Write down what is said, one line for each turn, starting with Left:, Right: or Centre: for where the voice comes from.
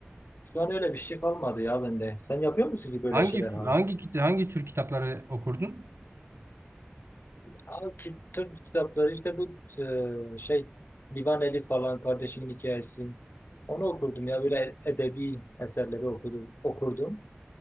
Left: Şu an öyle bir şey kalmadı ya bende. Sen yapıyor musun ki böyle
Right: Hangi
Left: şeyler hala?
Right: hangi kit- hangi tür kitapları okurdun?
Left: Abi ki- Türk kitapları işte bu e, şey Divan Elif falan kardeşimin hikayesi. Onu okurdum ya böyle edebi eserleri okudum. okurdum.